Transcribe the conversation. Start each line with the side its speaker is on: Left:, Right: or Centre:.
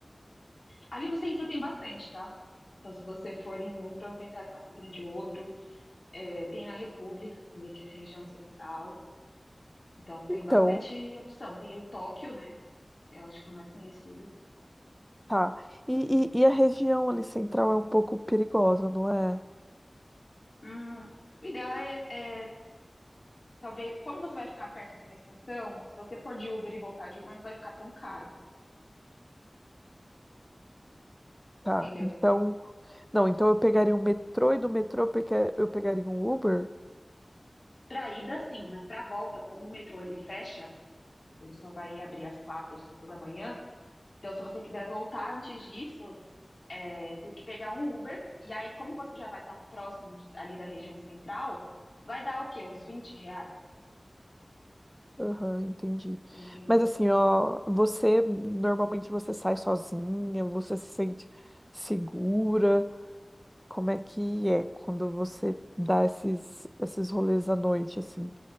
Left: Ali no centro tem bastante, tá? Então, se você for em um, provavelmente você vai ficar sabendo de outro. É, tem na República também, que é na região central. Então, tem
Centre: Então,
Left: bastante opção. Tem o Tóquio, né? Que eu acho que é o mais conhecido.
Centre: Tá. E, e, e a região ali central é um pouco perigosa, não é?
Left: Hum, o ideal é, é, talvez, como você vai ficar perto de uma estação, se você for de Uber e voltar de Uber, não vai ficar tão caro,
Centre: Tá.
Left: entendeu?
Centre: Então, não, então eu pegaria um metrô e do metrô eu peca- eu pegaria um Uber?
Left: Pra ida, sim, mas pra volta, como o metrô ele fecha, Ele só vai reabrir às quatro ou cinco da manhã. Então, se você quiser voltar antes disso, é, tem que pegar um Uber. E aí, como você já vai estar próximo de- ali da região central, vai dar o quê? Uns vinte reais,
Centre: Aham, entendi.
Left: entendeu?
Centre: Mas assim, ó, você normalmente você sai sozinha, você se sente segura? Como é que é quando você dá esses esses rolês à noite assim?